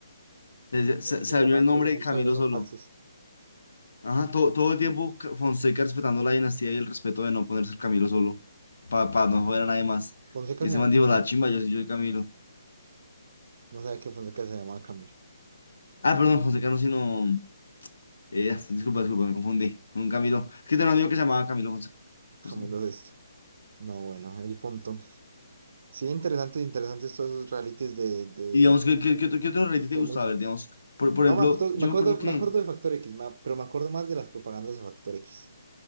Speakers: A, on the left; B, on the right.
A: Se, se, se
B: Los
A: se abrió
B: demás,
A: el nombre
B: los demás
A: de Camilo
B: Camilo son
A: solo.
B: falsos.
A: Ajá, todo, todo el tiempo C- Fonseca respetando la dinastía y el respeto de no ponerse el Camilo solo, para no joder a nadie más.
B: Fonseca
A: Y
B: se
A: ese
B: llama
A: man dijo,
B: Camilo.
A: la chimba, yo sí soy yo el Camilo.
B: No sabía que Fonseca se llamaba Camilo.
A: Ah, perdón, Fonseca no, sino... eh, <laughs> disculpa, disculpa, me confundí con un Camilo. Es que tenía un amigo que se llamaba Camilo Fonseca,
B: Camilo
A: justamente.
B: es esto. No, bueno, el punto. Sí, interesante, interesantes todos esos realities de, de,
A: Y digamos, ¿qué, qué, qué otro, qué otro reality te
B: de
A: gustaba
B: música.
A: ver? Digamos, por, por
B: No,
A: ejemplo,
B: me acuerdo,
A: yo
B: me acuerdo,
A: me acuerdo que
B: me acuerdo de Factor X, ma- pero me acuerdo más de las propagandas de Factor X.